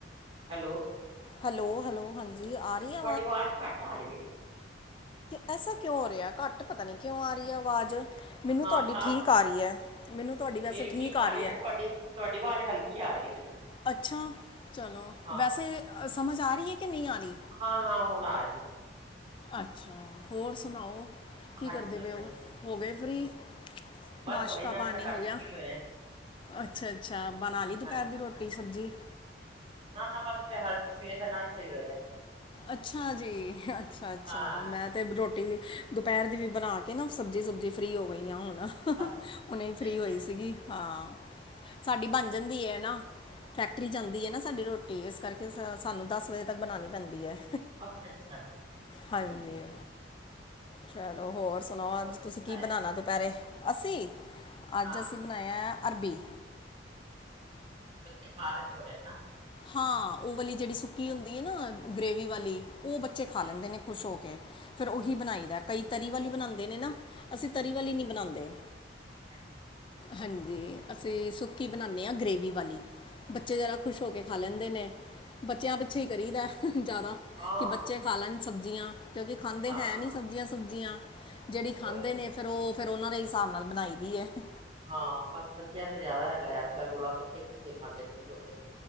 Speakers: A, on the right; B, on the left.
A: ਹੈਲੋ।
B: ਹੈਲੋ-ਹੈਲੋ ਹਾਂਜੀ। ਰਹੀ ਹੈ
A: ਤੁਹਾਡੀ ਆਵਾਜ਼ ਘੱਟ ਆ ਰਹੀ ਐ।
B: ਐਸਾ ਕਿਉਂ ਹੋ ਰਿਹਾ ਘੱਟ ਪਤਾ ਨੀ ਕਿਉਂ ਆ ਰਹੀ ਹੈ। ਆਵਾਜ਼ ਮੈਨੂੰ
A: ਹਾਂ
B: ਤੁਹਾਡੀ
A: ਸਾਫ਼
B: ਠੀਕ ਆ ਰਹੀ ਹੈ। ਮੈਨੂੰ ਤੁਹਾਡੀ ਵੈਸੇ
A: ਮੇਰੀ ਠੀਕ ਆ ਰਹੀ ਨਾ
B: ਹੈ
A: ਤੁਹਾਡੀ-ਤੁਹਾਡੀ ਆਵਾਜ਼ ਹਲਕੀ ਆ ਰਹੀ ਹੈ। ਮੈਨੂੰ
B: ਅੱਛਾ, ਚਲੋ
A: ਹਾਂ,
B: ਵੈਸੇ ਸਮਝ ਆ ਰਹੀ ਹੈ। ਕਿ ਨਹੀਂ ਆ ਰਹੀ।
A: ਹਾਂ, ਹਾਂ ਹੁਣ ਆ ਰਹੀ ਹੈ।
B: ਅੱਛਾ, ਹੋਰ ਸੁਣਾਓ ਕੀ
A: ਹਾਂਜੀ
B: ਕਰਦੇ
A: ਵਧੀਆ-ਵਧੀਆ।
B: ਪਏ ਓ? ਹੋ
A: ਤੁਸੀਂ
B: ਗਏ
A: ਦੱਸੋ?
B: ਫਰੀ।
A: ਬਸ
B: ਨਾਸ਼ਤਾ
A: ਹੁਣੇ
B: ਪਾਣੀ
A: ਕਰਕੇ
B: ਹੋ ਗਿਆ।
A: ਫ੍ਰਰੀ ਹੋਏ ਆ।
B: ਅੱਛਾ-ਅੱਛਾ ਬਣਾ ਲਈ ਦੁਪਹਿਰ
A: ਹਾਂ,
B: ਦੀ ਰੋਟੀ ਸਬਜ਼ੀ।
A: ਨਾ-ਨਾ ਵੱਧ ਪਿਆ ਹਲਕੇ ਸਵੇਰ ਦਾ ਨਾਸ਼ਤਾ ਈ ਹੋਇਆ।
B: ਅੱਛਾ ਜੀ ਅੱਛਾ-ਅੱਛਾ
A: ਹਾਂ,
B: ਮੈਂ। ਅਤੇ ਰੋਟੀ ਦੁਪੈਰ ਦੀ ਵੀ ਬਣਾ ਕੇ ਨਾ ਸਬਜ਼ੀ ਸੁਬਜ਼ੀ ਫਰੀ ਹੋ ਗਈਆਂ ਹੁਣ।
A: ਅੱਛਾ-ਅੱਛਾ।
B: ਹੁਨੇ ਫ੍ਰਰੀ ਹੋਈ ਸੀਗੀ ਹਾਂ ਸਾਡੀ ਬਣ ਜਾਂਦੀ ਹੈ। ਨਾ। ਫੈਕਟਰੀ ਜਾਂਦੀ ਏ ਨਾ ਸਾਡੀ ਰੋਟੀ ਏਸ ਕਰਕੇ ਸਾਨੂੰ ਦਸ ਵਜੇ ਤੱਕ ਬਣਾਂਣੀ ਪੈਂਦੀ ਹੈ।
A: ਅੱਛਾ-ਅੱਛਾ।
B: ਹਾਂਜੀ, ਚਲੋ ਹੋਰ ਸੁਣਾਓ?
A: ਹੋਰ
B: ਅੱਜ ਤੁਸੀਂ ਕੀ
A: ਬਣਾਇਆ?
B: ਬਣਾਣਾ ਦੁਪੈਹਰੇ? ਅਸੀਂ, ਅੱਜ
A: ਹਾਂ,
B: ਅਸੀਂ ਬਣਾਇਆ ਅਰਬੀ।
A: ਅੱਛਾ ਬੱਚੇ ਖਾ ਲੈਂਦੇ ਹੋਨੇ ਆ ਹੈ ਨਾ।
B: ਹਾਂ, ਔਹ ਵਾਲੀ ਜੇੜੀ ਸੁੱਕੀ ਹੁੰਦੀ ਹੈ। ਨਾ ਗ੍ਰਰੇਵੀ ਵਾਲੀ। ਔ ਬੱਚੇ
A: ਅੱਛਾ,
B: ਖਾ
A: ਠੀਕ।
B: ਲੈਂਦੇ ਨੇ ਖੁਸ਼ ਹੋ ਕੇ ਫੇਰ ਔਹੀ ਬਣਾਈ
A: ਹਾਂਜੀ,
B: ਦਾ, ਕਈ ਤਰੀ ਵਾਲੀ ਬਣਾਦੇ ਨੇ ਨਾ। ਅਸੀਂ ਤਰੀ ਵਲੀ ਨਈ ਬਣਾਦੇ।
A: ਅੱਛਾ ਅੱਛਾ
B: ਹਾਂਜੀ, ਅਸੀਂ ਸੁੱਕੀ ਬਣਾਨੇ ਆ ਗ੍ਰੇਵੀ ਵਾਲੀ। ਬੱਚੇ
A: ਅੱਛਾ।
B: ਜਾਦਾ ਖੁਸ਼ ਹੋ ਕੇ ਖਾ ਲੈਂਦੇ ਨੇ, ਬੱਚਿਆਂ ਪਿੱਛੇ ਹੀ ਕਰੀਦਾ, ਹਹ ਜ਼ਿਆਦਾ,
A: ਹਾਂ।
B: ਕਿ ਬੱਚੇ ਖਾ ਲੈਣ ਸਬਜ਼ੀਆਂ, ਕਿਉਂਕਿ ਖਾਂਦੇ
A: ਹਾਂ
B: ਹੈ ਨੀ ਸਬਜ਼ੀਆਂ- ਸੁਬਜ਼ੀਆਂ ਜਿਹੜੀ ਖਾਂਦੇ
A: ਹੋਰ
B: ਨੇ ਫੇਰ ਔਹ ਫੇਰ ਔਨਾਂ ਦੇ ਹਿਸਾਬ ਨਾਲ ਬਣਾਈ ਦੀ ਹੈ। ਹਹ
A: ਹਾਂ ਬਸ ਬੱਚਿਆਂ ਦਾਂ ਜਾਦਾ ਹੈਗਾ ਅੱਜ ਕੱਲ ਰੌਲਾ, ਬੱਚੇ ਕੁਛ ਨੀ ਖਾਂਦੇ ਖੁਸ਼ ਹੋ ਕੇ।